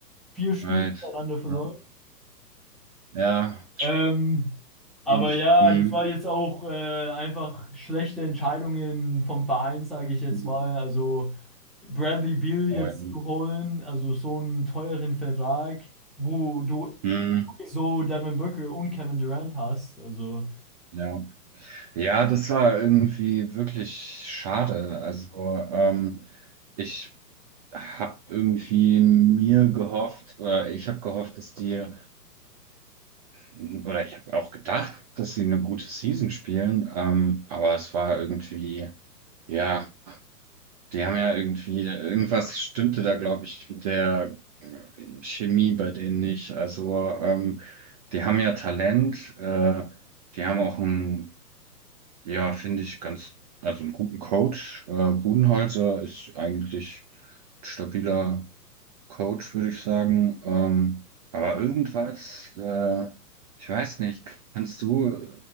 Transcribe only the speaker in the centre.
vier Spiele
hintereinander verloren.
Ähm, aber
ja,
das war jetzt auch äh, einfach schlechte Entscheidungen vom Verein, sage ich jetzt
mal. Also Bradley Beal jetzt
zu holen, also so einen teuren Vertrag, wo du
so Devin Booker und Kevin Durant hast. Also.